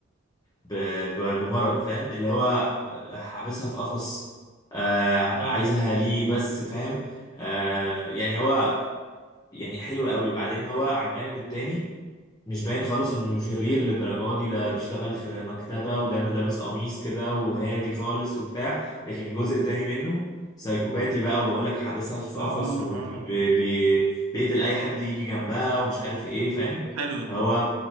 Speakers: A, on the left; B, on the right.
A: ب... ب... بمرض فاهم اللي هو حابسها في قفص آه
B: اه
A: عايزها ليه بس فاهم آه يعني هو يعني حلو قوي بعدين هو على الجانب التاني مش باين خالص انه شرير للدرجه دي ده بيشتغل في مكتبة ودايما لابس قميص كده وهادي خالص وبتاع لكن الجزء التاني منه سايكوباتي بقى وبقول لك حابسها في
B: اه
A: قفص وبيقتل
B: اه
A: اي حد يجي جنبها ومش عارف ايه فاهم
B: طب حلو ده
A: هو